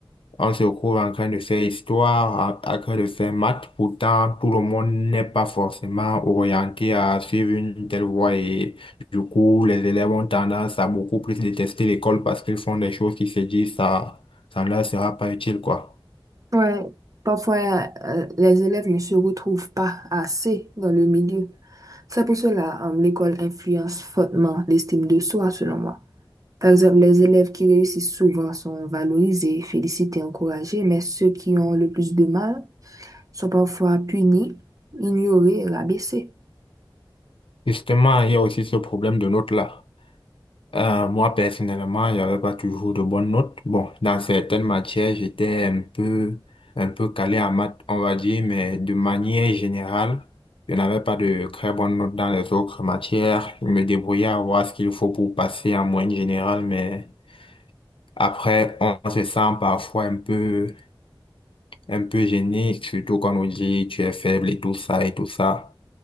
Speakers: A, on the left; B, on the right.
A: On se retrouve en train de faire histoire, en, en train de faire maths. Pourtant, tout le monde n'est pas forcément orienté à suivre une telle voie. Et du coup, les élèves ont tendance à beaucoup plus détester l'école parce qu'ils font des choses qui se disent ça, ça ne leur sera pas utile, quoi.
B: ouais. Parfois, euh, les élèves ne se retrouvent pas assez dans le milieu. C'est pour cela, euh, l'école influence fortement l'estime de soi, selon moi. Par exemple, les élèves qui réussissent souvent sont valorisés, félicités, encouragés, mais ceux qui ont le plus de mal sont parfois punis, ignorés, rabaissés.
A: Justement, il y a aussi ce problème de notes là. Euh, moi, personnellement, il n'y avait pas toujours de bonnes notes. Bon, dans certaines matières, j'étais un peu, un peu calé en maths, on va dire, mais de manière générale, je n'avais pas de très bonnes notes dans les autres matières. Je me débrouillais à voir ce qu'il faut pour passer en moyenne générale, mais après, on se sent parfois un peu, un peu gêné, surtout quand on nous dit tu es faible et tout ça et tout ça.